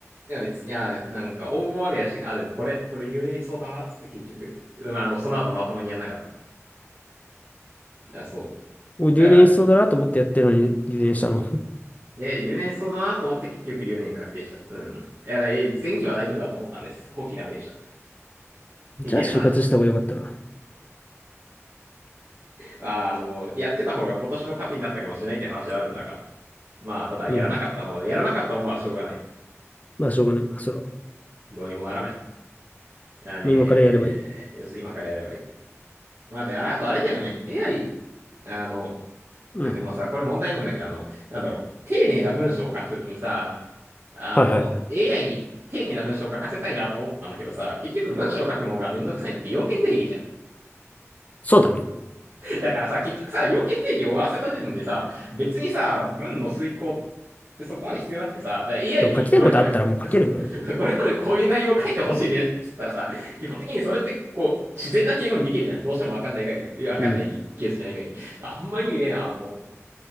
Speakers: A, on the right; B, on the left.
A: いや別に、いや、なんか応募までやして、あ、でもこれ、これ留年しそうだな、っつって結局。まあ、あの、その後まともにやんなかった。いや、そ
B: もう留年しそうだなと思ってやってるのに留年したの。
A: う。だから、
B: <laughs>
A: え、留年しそうだなと思って結局留年確定した。うん。いや、だえ、前期は大丈夫だと思ったんです。後期ダメでした。
B: じゃあ就活した方がよかったな。
A: みたいな話。あー、あの、やってた方が今年の糧になったかもしれないって話はあるんだが。まあ、ただ、やらなかったのは、
B: うん。
A: やらなかったものはしょうがない。
B: まあ、しょうがない。それは。
A: どうにもならない。あねー、
B: もう今からやればいい。
A: 要するに今からやればいい。まあ、で、あとあれだよね。AI、あの、
B: うん。
A: あ、でもさ、これ問題なんだけど、あの、なんだろう。丁寧な文章を書くときにさ、あの、
B: はいはい。
A: AI に丁寧な文章を書かせたいなと思ったんだけどさ、結局文章を書くのがめんどくさいのって要件定義じゃん。
B: そうだね。
A: だからさ、結局さ、要件定義を終わらせた時点でさ、別にさ、文の遂行ってそこまで必要なくてさ、だから AI
B: そう、
A: にこれこれ、
B: 書きたいことあったらもう書けるんだよね。
A: <laughs> これこれこういう内容を書いてほしいですっつったらさ、基本的にそれってこう、自然な敬語にできるじゃん。どうしてもわかんない限り、いやわかんないケースじゃない限り。
B: うん。
A: あんま意味ねえなと思って。